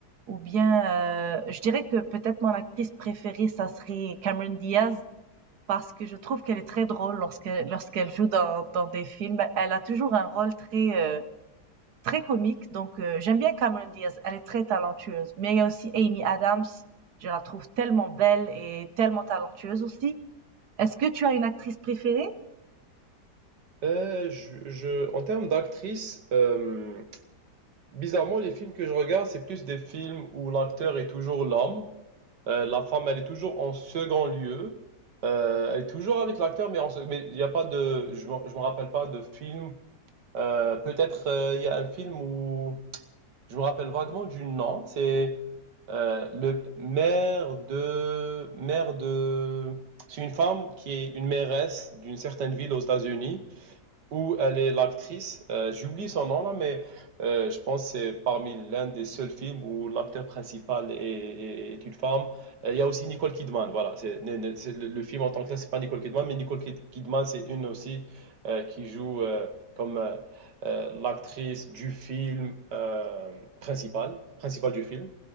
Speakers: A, on the right (about 70°); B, on the right (about 80°).
A: Ou bien, euh, je dirais que peut-être mon actrice préférée, ça serait Cameron Diaz, parce que je trouve qu'elle est très drôle lorsque, lorsqu'elle joue dans, dans des films. Elle a toujours un rôle très, euh, très comique. Donc, euh, j'aime bien Cameron Diaz. Elle est très talentueuse. Mais il y a aussi Amy Adams. Je la trouve tellement belle et tellement talentueuse aussi. Est-ce que tu as une actrice préférée?
B: Euh, je, je- en termes d'actrice, euh, bizarrement, les films que je regarde, c'est plus des films où l'acteur est toujours l'homme. Euh, la femme, elle est toujours en second lieu. Euh, elle est toujours avec l'acteur, mais en se- mais il n'y a pas de, je me, je me rappelle pas de film. Euh, peut-être euh, il y a un film où je me rappelle vaguement du nom. C'est euh, le maire de, maire de, c'est une femme qui est une mairesse d'une certaine ville aux États-Unis où elle est l'actrice. Euh, j'oublie son nom là, mais euh, je pense que c'est parmi l'un des seuls films où l'acteur principal est, est- est une femme. Euh, Il y a aussi Nicole Kidman, voilà. C'est, ne- ne- c'est le, le film en tant que tel, c'est pas Nicole Kidman, mais Nicole Kid- Kidman, c'est une aussi euh, qui joue euh, comme euh, euh, l'actrice du film euh, principal, principal du film.